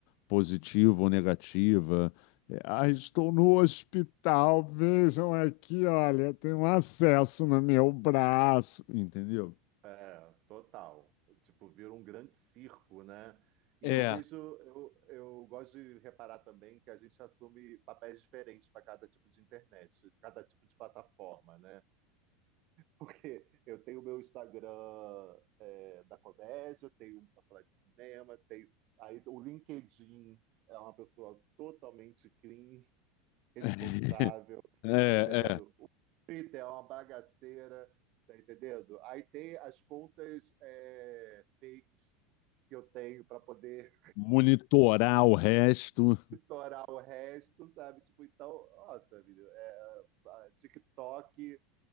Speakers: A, on the left (about 55°); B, on the right (about 45°).
A: positiva ou negativa. É, Ah, estou no hospital, vejam aqui, olha, tem um acesso no meu braço, entendeu?
B: É, total. Tipo, vira um grande circo, né? E
A: É.
B: eu vejo, eu, eu gosto de reparar também que a gente assume papéis diferentes para cada tipo de internet, cada tipo de plataforma, né? Porque eu tenho o meu Instagram é, da comédia, tenho um pra falar de cinema, tenho. Aí o LinkedIn é uma pessoa totalmente clean, <laughs> responsável,
A: <laughs> É,
B: tá entendendo? O Twitter é uma bagaceira, tá entendendo? Aí tem as contas é, fakes que eu tenho para poder
A: monitorar o resto.
B: <laughs> orar o resto, sabe? Tipo, então, nossa, vida, é, a TikTok.